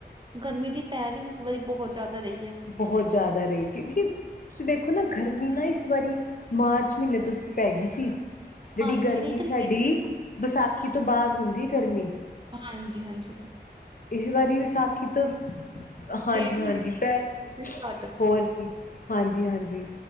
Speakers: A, on the right; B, on the left.
A: ਗਰਮੀ ਦੀ ਪੈ ਵੀ ਇਸ ਵਾਰੀ ਬੋਹ ਜਿਆਦਾ ਰਈ ਆ।
B: ਬੋਹ ਜਿਆਦਾ ਰਈ ਕਿਉਂਕਿ ਤੁਸੀਂ ਦੇਖੋ ਨਾ ਗਰਮੀ ਨਾ ਇਸ ਵਾਰੀ ਮਾਰਚ ਮ੍ਹੀਨੇ ਤੋਂ ਪੈਗੀ ਸੀ। ਜੇੜੀ
A: ਹਾਂਜੀ
B: ਗਰਮੀ
A: ਨਹੀਂ ਤਾਂ ਲੇਟ
B: ਸਾਡੀ
A: ਸ਼ੁਰੂ
B: ਵਿਸਾਖੀ ਤੋਂ ਬਾਅਦ ਹੁੰਦੀ ਗਰਮੀ।
A: ਹਾਂਜੀ-ਹਾਂਜੀ।
B: ਇਸ ਵਾਰੀ ਵਿਸਾਖੀ ਤੋਂ, ਹਾਂਜੀ-ਹਾਂਜੀ
A: ਡੇਢ ਮਹੀਨੇ
B: ਪੈ
A: ਸਟਾਰਟ
B: ਹੋਰ ਕੀ ਹਾਂਜੀ-ਹਾਂਜੀ।